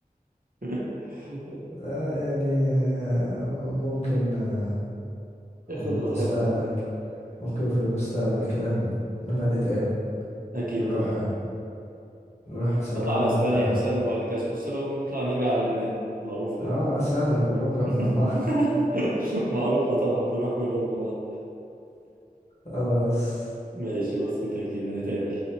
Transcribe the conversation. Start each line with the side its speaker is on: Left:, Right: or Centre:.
Right: <laughs>
Left: آه يعني آه، ممكن آه،
Right: إيه
Left: في
Right: خطط
Left: المستقبل
Right: حلوة طبعا
Left: كده ممكن في المستقبل كده ن- نبقى نتقابل
Right: أكيد
Left: نروح
Right: طبعا
Left: نروح سوا
Right: نطلع على
Left: أنا وأنت
Right: اسبانيا مثلا وبعد كده سويسرا ونطلع نرجع على لبنان معروفة
Left: اه
Right: يعني
Left: سهلة كلهم جنب
Right: <laughs>
Left: بعض
Right: معروفة طبعا بنروح كلهم مع بعض
Left: <laughs> خلاص
Right: ماشي بسيطة اكيد هنتقابل